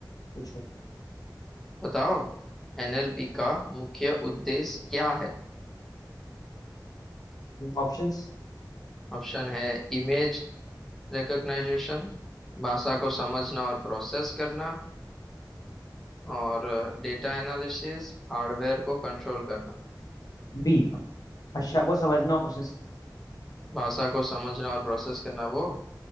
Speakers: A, on the left; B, in the centre.
A: पूछो
B: बताओ एनएलपी का मुख्य उद्देश्य क्या है
A: ऑप्शन
B: ऑप्शन है इमेज रिकग्नाइजेशन भाषा को समझना और प्रोसेस करना और डेटा एनालिसिस हार्डवेयर को कंट्रोल करना
A: बी भाषा को समझना और प्रोसेस
B: भाषा को समझना और प्रोसेस करना वो